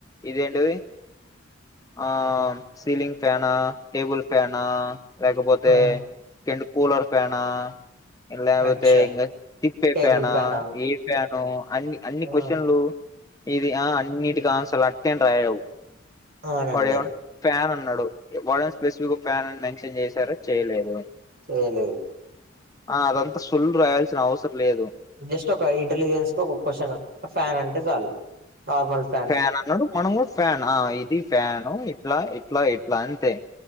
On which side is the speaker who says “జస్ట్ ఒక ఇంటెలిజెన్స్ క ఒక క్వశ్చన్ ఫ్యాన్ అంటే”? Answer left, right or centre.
Right